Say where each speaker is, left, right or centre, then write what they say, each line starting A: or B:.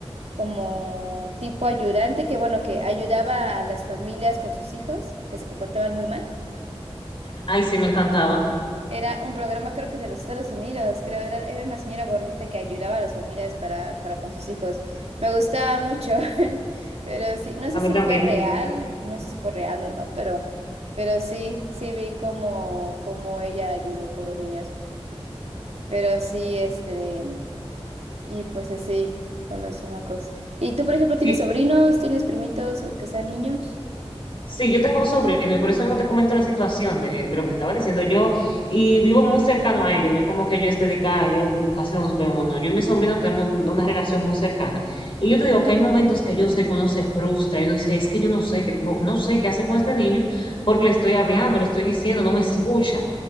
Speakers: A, on the right (about 80°); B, on the left (about 55°).
A: como tipo ayudante, que bueno, que ayudaba a las familias con sus hijos, que se comportaban muy mal
B: Ay, sí, me encantaba.
A: Era un programa, creo que de los Estados Unidos, creo, era, era una señora gordita que ayudaba a las familias para, para con sus hijos. Me gustaba mucho, <laughs> pero sí, no sé
B: A mí
A: si
B: también.
A: fue real, no sé si fue real o no, pero, pero sí, sí vi cómo, cómo ella ayudó con los niños. Pero sí, este, de- y pues así, con los chamacos. ¿Y tú, por ejemplo,
B: Sí,
A: tienes sobrinos, tienes primitos que sean niños?
B: Sí, yo tengo sobrino y por eso mismo te comento la situación de, de lo que estaba diciendo yo y vivo muy cercano a ellos, no es como que yo esté de acá, ellos casi no nos vemos, no, yo y mi sobrino tenemos una relación muy cercana y yo te digo que hay momentos que yo sé que uno se frustra y uno dice, es que yo no sé, que tengo, no sé qué hacer con este niño porque le estoy hablando, le estoy diciendo, no me escucha.